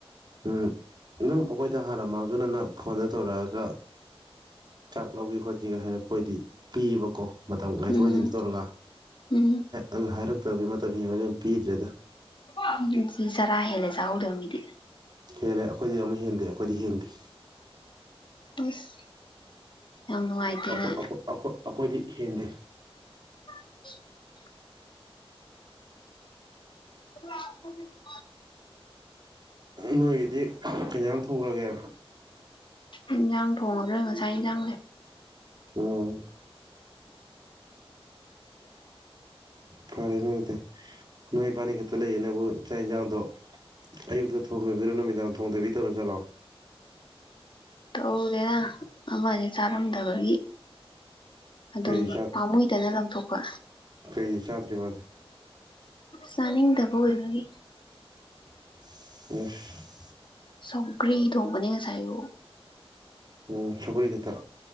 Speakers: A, on the right (about 45°); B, on the left (about 50°).
A: ꯎꯝ ꯑꯗꯨꯝ ꯑꯩꯈꯣꯏꯗ ꯍꯥꯟꯅ ꯃꯥꯡꯖꯧꯅꯅ ꯐꯣꯟꯗ ꯇꯧꯔꯛꯑꯒ ꯆꯥꯛ ꯂꯧꯒꯦ ꯈꯣꯠꯀ‌ꯦꯒꯥ ꯍꯥꯏꯔꯛꯄ ꯑꫭꯏꯗꯤ ꯄꯤꯕꯀꯣ ꯃꯇꯝ ꯉꯥꯏꯊꯣꯛ
B: ꯎꯝ
A: ꯉꯥꯏꯁꯤꯟꯗꯤ ꯇꯧꯔꯒ
B: ꯎꯝ
A: ꯑꯗꯨ ꯍꯥꯏꯔꯛꯇ꯭ꯔꯥꯗꯤ ꯃꯇꯝ ꯍꯦꯟꯂꯗꯤ ꯄꯤꯗ꯭ꯔꯦꯗꯥ
B: ꯑꯗꯨꯗꯤ ꯆꯔꯥ ꯍꯦꯜꯂꯦ ꯆꯍꯧꯗꯕ ꯃꯤꯗꯤ
A: ꯍꯦꯜꯂꯦ ꯑꯩꯈꯣꯏꯗꯤ ꯑꯃꯛ ꯍꯦꯟꯗꯦ ꯑꯩꯈꯣꯏꯗꯤ ꯍꯦꯟꯗꯦ
B: ꯑꯁ ꯌꯥꯝ ꯅꯨꯡꯉꯥꯏꯇꯦꯅꯦ
A: ꯑꯩꯈꯣꯏꯗꯤ ꯍꯦꯟꯗꯦ
B: <inaudible> <unintelligible>
A: ꯅꯣꯏꯒꯤꯗꯤ ꯀꯩꯏꯟꯖꯥꯡ ꯊꯣꯡꯉꯒꯦ
B: ꯏꯟꯖꯥꯡ ꯊꯣꯡꯗ꯭ꯔ‌ꯦ ꯉꯁꯥꯏ ꯏꯟꯁꯥꯡ ꯂꯩ
A: ꯎꯝ ꯐꯔꯦꯅꯦ ꯑꯗꯨꯗꯤ ꯅꯣꯏ ꯄꯅꯤ ꯈꯠ ꯇꯂꯩꯌꯦꯅꯦꯕꯨ ꯆꯥꯛ ꯌꯦꯟꯁꯥꯡꯗꯣ ꯑꯌꯨꯛꯇ ꯊꯣꯡꯈꯤꯕꯗꯨꯅ ꯅꯨꯃꯤꯗꯥꯡ ꯊꯣꯡꯗꯕꯤ ꯇꯧꯔ ꯖꯥꯠꯂꯣ
B: ꯇꯧꯗꯦꯗ ꯑꯃꯖꯦ ꯆꯥꯔꯝꯗꯕꯒꯤ ꯑꯗꯨꯝ
A: ꯀꯩ
B: ꯄꯥꯝꯃꯨꯏꯗꯅ ꯂꯪꯊꯣꯛꯄ
A: ꯀꯩ ꯆꯥꯗ꯭ꯔꯤ ꯃꯥꯗꯤ
B: ꯆꯥꯅꯤꯡꯗꯕ ꯑꯣꯏꯕꯒꯤ
A: ꯏꯁ
B: ꯁꯧꯒ꯭ꯔꯤ ꯊꯣꯡꯕꯅꯦ ꯉꯁꯥꯏ ꯑꯌꯨꯛ
A: ꯎꯝ ꯁꯧꯒ꯭ꯔꯤ ꯈꯛꯇ